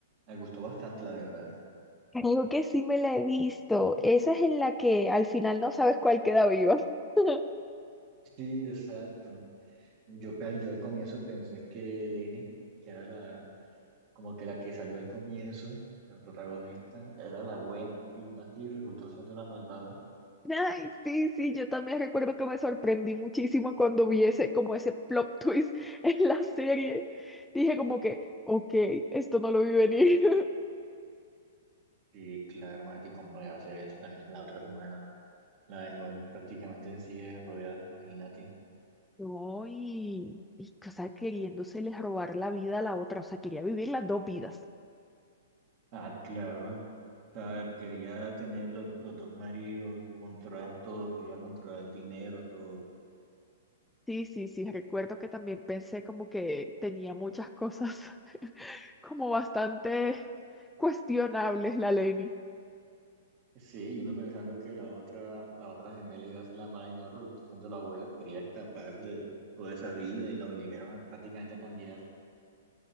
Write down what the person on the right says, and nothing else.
Me gustó bastante, la verdad.
Sí, exacto. Yo, pe- yo al comienzo pensé que Lenny, que era la, como que la que salió al comienzo, la protagonista, era la buena y Mati resultó siendo la malvada.
Sí, claro, Mati, ¿cómo le va a hacer eso también a la otra hermana? La dejó en- prácticamente en silla de ruedas, imagínate.
Ah, claro. O sea, quería tener los, los dos maridos, controlar todo, quería controlar el dinero, todo.
Sí, y uno pensando que la otra, la otra gemela iba a ser la mala y no resultó siendo la buena, quería escapar de toda esa vida y la obligaron a- prácticamente a cambiar.